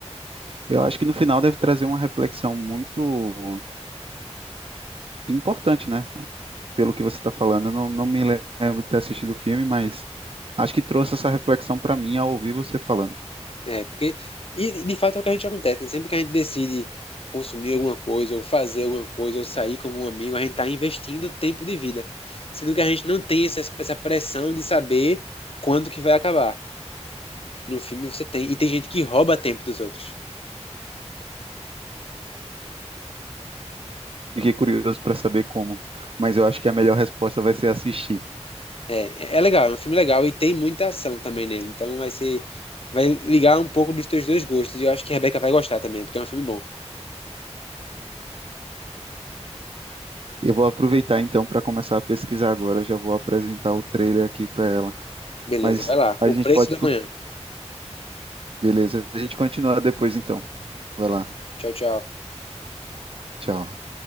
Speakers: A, on the right; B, on the left.
A: Eu acho que no final deve trazer uma reflexão muito importante, né? Pelo que você está falando, eu não, não me lembro de ter assistido o filme, mas acho que trouxe essa reflexão para mim ao ouvir você falando.
B: É, porque, e de fato é o que a gente acontece, né? Sempre que a gente decide consumir alguma coisa, ou fazer alguma coisa, ou sair como um amigo, a gente tá investindo tempo de vida. Sendo que a gente não tem essa, essa pressão de saber quando que vai acabar. No filme você tem, e tem gente que rouba tempo dos outros.
A: Fiquei curioso para saber como, mas eu acho que a melhor resposta vai ser assistir.
B: É, é é legal, é um filme legal e tem muita ação também nele. Então vai ser, vai ligar um pouco dos teus dois gostos. E eu acho que a Rebeca vai gostar também, porque é um filme bom.
A: Eu vou aproveitar então para começar a pesquisar agora, já vou apresentar o trailer aqui para ela.
B: Beleza,
A: Mas
B: vai lá.
A: a
B: O
A: gente
B: Preço
A: pode,
B: da
A: co-
B: Manhã.
A: beleza, a gente continua depois então. Vai lá,
B: Tchau, tchau.
A: tchau.